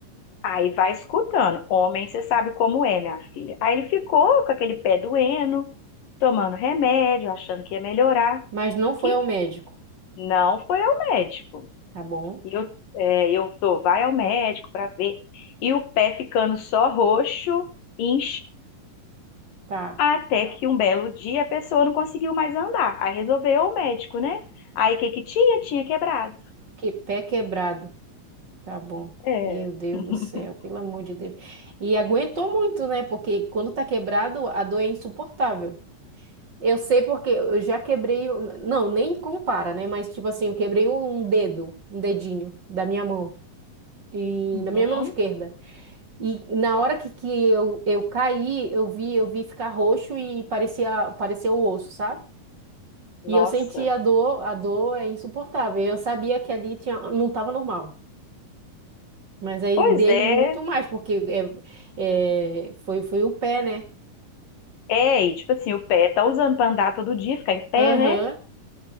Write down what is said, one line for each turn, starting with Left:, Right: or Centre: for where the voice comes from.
Left: Aí vai escutando. Homem, você sabe como é, minha filha. Aí ele ficou com aquele pé doendo, tomando remédio, achando que ia melhorar.
Right: Mas não foi
Left: Que
Right: ao médico.
Left: não foi ao médico.
Right: Tá bom.
Left: E eu, é, eu tô, vai ao médico para ver. E o pé ficando só roxo, incha,
Right: Tá.
Left: até que um belo dia a pessoa não conseguiu mais andar. Aí resolveu o médico, né? Aí o que que tinha? Tinha quebrado.
Right: Que pé quebrado. Tá bom.
Left: É.
Right: Meu Deus
Left: <laughs>
Right: do céu, pelo amor de Deus. E aguentou muito, né? Porque quando tá quebrado, a dor é insuportável. Eu sei porque eu já quebrei, o- não, nem compara, né? Mas tipo assim, eu quebrei um dedo, um dedinho da minha mão e
Left: Uhum.
Right: da minha mão esquerda. E na hora que, que eu, eu caí, eu vi, eu vi ficar roxo e parecia, parecia o osso, sabe?
Left: Nossa.
Right: E eu senti a dor, a dor é insuportável. Eu sabia que ali tinha, não estava normal. Mas aí
Left: Pois
Right: o dele
Left: é.
Right: muito mais, porque é, é, foi, foi o pé, né?
Left: É, e tipo assim, o pé tá usando para andar todo dia, ficar em pé,
Right: Aham,
Left: né?